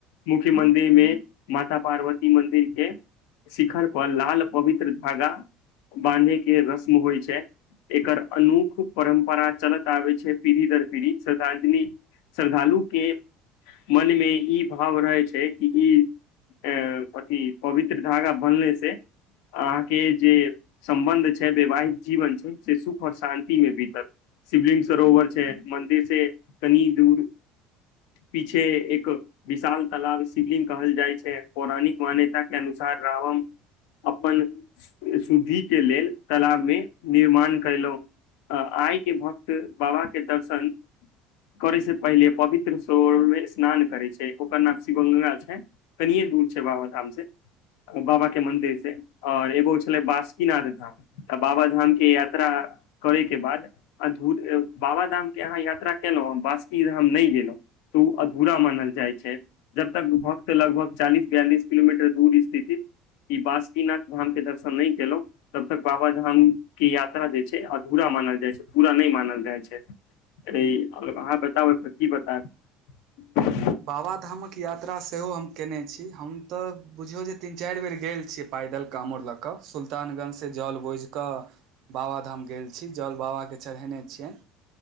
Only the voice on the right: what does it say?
बाबाधामक यात्रा सेहो हम कयने छी हम तऽ बुझियौ जे तीन चारि बेर गेल छीयै प पैदल कामर लऽ कऽ सुल्तानगंज से जल बोझ क बाबाधाम गेल छी जल बाबाके चढ़ेने छियन